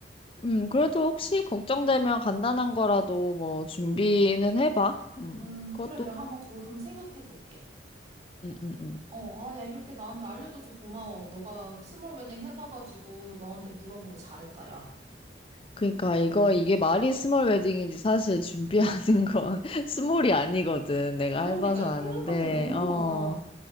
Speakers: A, on the left; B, on the right.
A: 음, 그래도 혹시 걱정되면 간단한 거라도 뭐 준비는 해봐. 음,
B: 음,
A: 그것도,
B: 그래, 내가 한번 그거 한번 생각해 볼게.
A: 음, 음, 음.
B: 어, 아, 야, 이렇게 나한테 알려줘서 고마워. 너가 스몰 웨딩 해봐가지고 너한테 물어보길 잘했다, 야.
A: 그러니까 이거, 이게 말이 스몰 웨딩이지 사실 준비하는 건 <laughs> 스몰이 아니거든. 내가
B: 그러니까
A: 해봐서 아는데,
B: 생각할 게 너무
A: 어,
B: 많아.